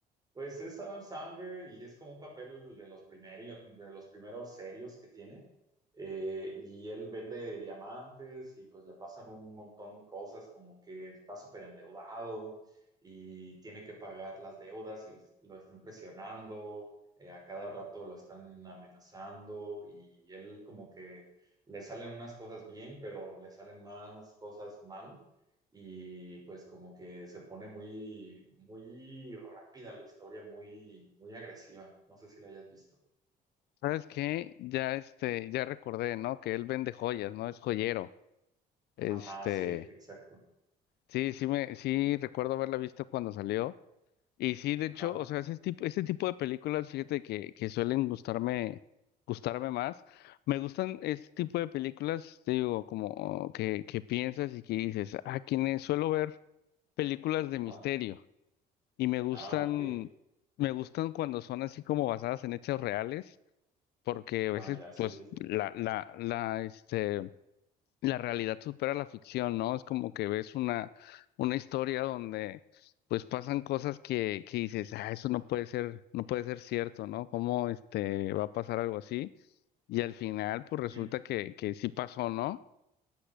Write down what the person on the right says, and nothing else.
Pues es Adam Sandler y es como un papel de los primeros, de los primeros serios que tiene. Eh, y él vende diamantes y pues le pasan un montón de cosas como que está súper endeudado y tiene que pagar las deudas y los- lo están presionando, eh, a cada rato lo están amenazando y él como que le salen unas cosas bien, pero le salen más cosas mal y pues como que se pone muy, muy rápida la historia, muy, muy agresiva. No sé si la hayas visto.
ah sí, exacto.
Ajá.
Ajá.
Ah, ok.
Ah, ya, sí,
sí, sí.
Ujú.